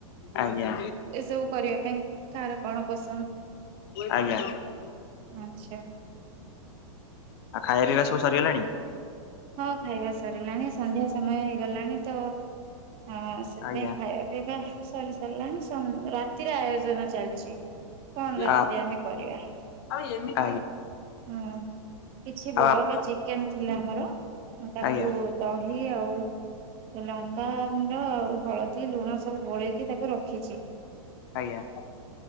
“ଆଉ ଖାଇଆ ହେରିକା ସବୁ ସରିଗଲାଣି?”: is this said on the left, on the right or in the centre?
Left